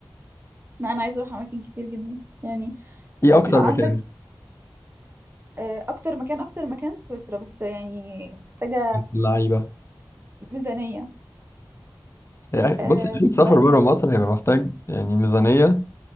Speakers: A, on the right; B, on the left.
A: ما أنا عايزة أروح أماكن كتير جدا يعني
B: ايه
A: أم،
B: اكتر
A: عندك
B: مكان
A: أه، أكتر مكان أكتر مكان سويسرا بس يعني محتاجة
B: اللعيبة
A: ميزانية
B: يعني
A: أه،
B: بصي اي سفر
A: بس
B: بره مصر هيبقى محتاج يعني ميزانية